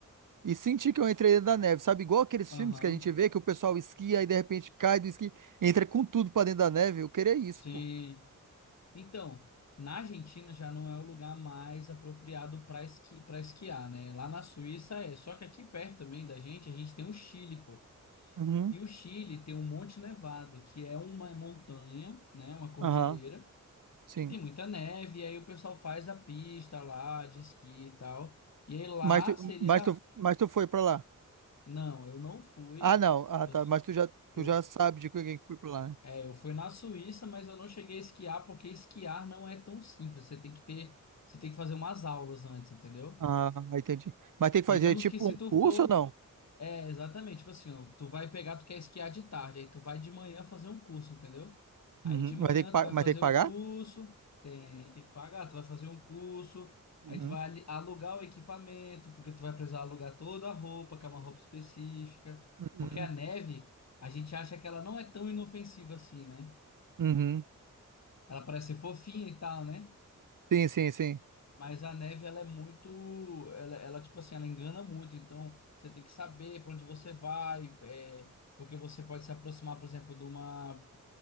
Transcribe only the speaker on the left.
Aham.
Sim.
Então, na Argentina já não é o lugar mais apropriado para esqui, para esquiar, né? Lá na Suíça é. Só que aqui perto também da gente, a gente tem o Chile, pô.
E o Chile tem o Monte Nevado, que é uma montanha, né? Uma cordilheira,
que tem muita neve, e aí o pessoal faz a pista lá de esqui e tal. E aí lá
seria.
Não, eu não fui.
Eu,
eu,
Eu fui na Suíça, mas eu não cheguei a esquiar porque esquiar não é tão simples. Você tem que ter, você tem que fazer umas aulas antes, entendeu?
Digamos
que se
tu
for,
é exatamente, tipo assim, ó, tu vai pegar, tu quer esquiar de tarde, aí tu vai de manhã fazer um curso, entendeu? Aí
de manhã
tu vai
fazer
um curso, tem, tem que pagar, tu vai fazer um curso,
aí tu vai ali- alugar o equipamento, porque tu vai precisar alugar toda a roupa, que é uma roupa específica,
porque a neve, a gente acha que ela não é tão inofensiva assim, né?
Ela parece ser fofinha e tal, né?
Mas a neve, ela é muito. Ela, ela, tipo assim, ela engana muito. Então, você tem que saber para onde você vai, é, porque você pode se aproximar, por exemplo, de uma,